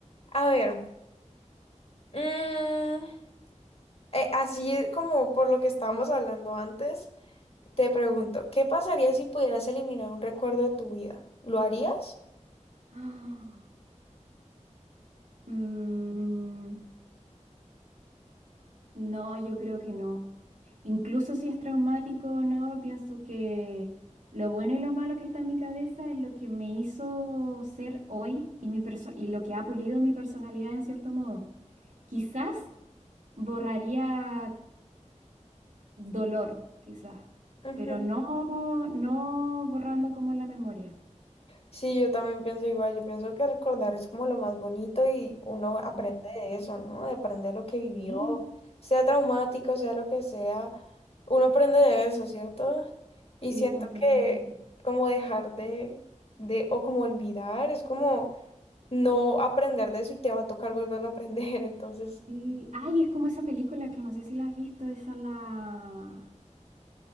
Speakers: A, on the left; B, on the right.
A: A ver, mm, eh, así como por lo que estábamos hablando antes, te pregunto, ¿qué pasaría si pudieras eliminar un recuerdo de tu vida? ¿Lo harías?
B: Ah, mm, no, yo creo que no. Incluso si es traumático o no, pienso que lo bueno y lo malo que está en mi cabeza es lo que me hizo ser hoy y, mi perso- y lo que ha pulido mi personalidad en cierto modo. Quizás borraría dolor, quizás,
A: Ujú.
B: pero no, no borrando como la memoria.
A: Sí, yo también pienso igual, yo pienso que recordar es como lo más bonito y uno aprende
B: Mm,
A: de eso, ¿no? De aprender lo que vivió,
B: Sí,
A: sea traumático, sea lo que sea, uno aprende de eso, ¿cierto? Y
B: sí,
A: siento
B: completamente.
A: que como dejar de, de, o como olvidar, es como no aprender de eso y te va a tocar volverlo a aprender, <laughs> entonces,
B: Sí. Ay, es como esa película que no sé si la has visto, esa la...